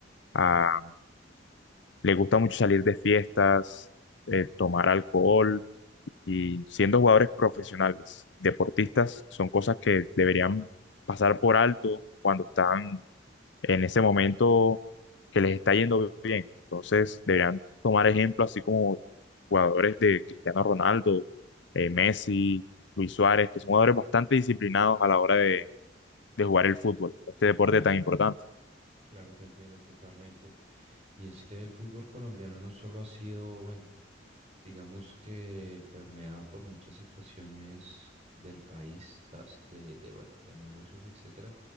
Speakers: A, on the left; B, on the right.
A: ah, les gusta mucho salir de fiestas, eh, tomar alcohol y siendo jugadores profesionales, deportistas, son cosas que deberían pasar por alto cuando están en ese momento que les está yendo bien. Entonces, deberían tomar ejemplo, así como jugadores de Cristiano Ronaldo, eh, Messi, Luis Suárez, que son jugadores bastante disciplinados a la hora de, de jugar el fútbol, este deporte tan importante.
B: Claro, te entiendo totalmente. Y es que el fútbol colombiano no solo ha sido, bueno, digamos que permeado por muchas situaciones del país, tas- de, de, bueno, de negocios, etcétera,